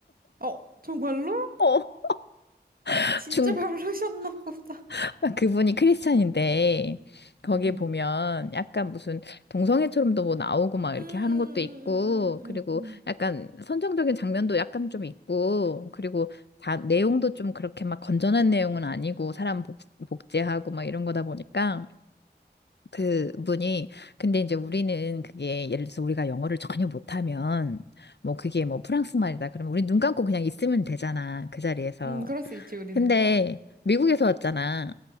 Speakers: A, on the right (about 55°); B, on the left (about 75°).
A: 어, 정말로?
B: <laughs> 어,
A: 진짜
B: 중
A: 별로셨나 보다.
B: <laughs> 그분이 크리스찬인데 거기에
A: 응응.
B: 보면 약간 무슨 동성애처럼도 뭐 나오고 막
A: 음,
B: 이렇게
A: 음,
B: 하는 것도 있고
A: 음,
B: 그리고
A: 음, 음, 음.
B: 약간 선정적인 장면도 약간 좀 있고 그리고 다 내용도 좀 그렇게 막 건전한 내용은 아니고 사람 복, 복제하고 막 이런 거다 보니까 그분이 근데 이제 우리는 그게 예를 들어서 우리가 영어를 전혀 못하면 뭐 그게 뭐 프랑스 말이다 그러면 우리 눈 감고 그냥 있으면 되잖아 그 자리에서
A: 음, 그럴 수 있지, 우리는.
B: 근데 미국에서 왔잖아.